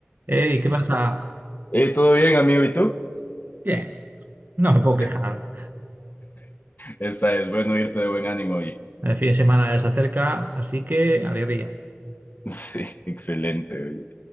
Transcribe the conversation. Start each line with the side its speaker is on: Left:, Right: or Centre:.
Right: Hey, ¿qué pasa?
Left: Eh, ¿todo bien, amigo? ¿Y tú?
Right: Bien, no me puedo
Left: Es-
Right: quejar.
Left: esa es, bueno, irte de buen ánimo, oye. <laughs>
Right: El fin de semana ya se acerca, así que alegría.
Left: Sí, excelente, oye.